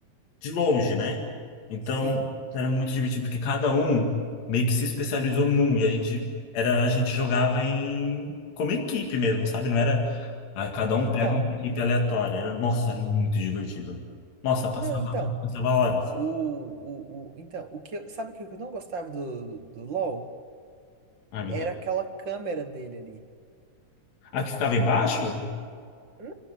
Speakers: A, on the left (about 65°); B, on the right (about 50°).
A: de longe, né? Então,
B: sim.
A: era muito divertido porque cada um meio que se especializou num e a gente era a gente jogava em como equipe mesmo, sabe? Não era ah, cada um
B: Então,
A: pega uma equipe aleatória. Era, nossa, era muito divertido. Nossa, passava,
B: não, então.
A: passava horas.
B: O, o, o, então, o que, eu- sabe o que eu não gostava do, do LoL?
A: Ai, meu
B: Era
A: Deus.
B: aquela câmera dele ali.
A: A que ficava embaixo?
B: A- né,